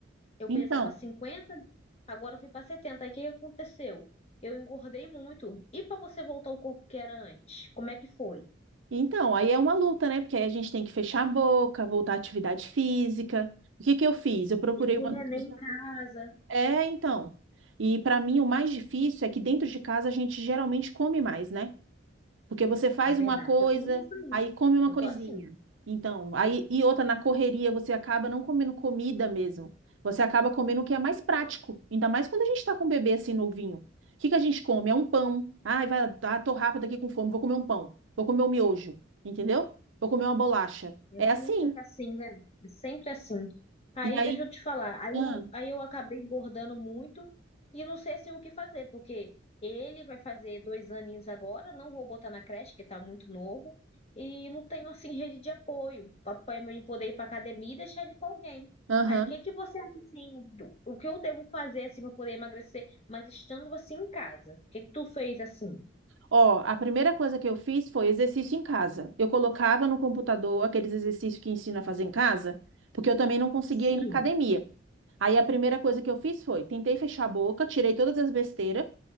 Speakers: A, on the left (about 35°); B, on the right (about 80°).
A: eu
B: Então,
A: pesava 50, agora eu fui para 70. Aí o que que aconteceu? Eu engordei muito. E para você voltar ao corpo que era antes? Como é que foi?
B: então, aí é uma luta, né? Porque aí a gente tem que fechar a boca, voltar à atividade física. O que que eu fiz? Eu procurei
A: E com
B: uma
A: o neném
B: nutricionista.
A: em casa.
B: É, então. E para mim o mais difícil é que dentro de casa a gente geralmente come mais, né? Porque você faz
A: É verdade,
B: uma coisa,
A: eu tô nisso aí.
B: aí come uma
A: Eu
B: coisinha.
A: tô assim.
B: Então, aí e outra na correria, você acaba não comendo comida mesmo. Você acaba comendo o que é mais prático, ainda mais quando a gente está com um bebê assim novinho. O que que a gente come? É um pão. Ai, vai, ah, tô rápida aqui com fome, vou comer um pão. Vou comer um miojo, entendeu? Vou comer uma bolacha.
A: É
B: É
A: sempre
B: assim.
A: assim, né? É sempre assim. Aí,
B: E aí,
A: deixa eu te falar. Aí
B: ah,
A: eu, aí eu acabei engordando muito e não sei assim o que fazer, porque ele vai fazer dois aninhos agora, não vou botar na creche, que tá muito novo, e não tenho assim rede de apoio para mim poder ir pra academia e deixar ele com alguém.
B: aham.
A: Aí, o que que você acha assim, do- o que eu devo fazer assim para poder emagrecer, mas estando assim em casa? O que que tu fez assim?
B: Ó, a primeira coisa que eu fiz foi exercício em casa. Eu colocava no computador aqueles exercícios que ensina a fazer em casa, porque eu também não conseguia
A: Sim.
B: ir na academia. Aí a primeira coisa que eu fiz foi, tentei fechar a boca, tirei todas as besteiras.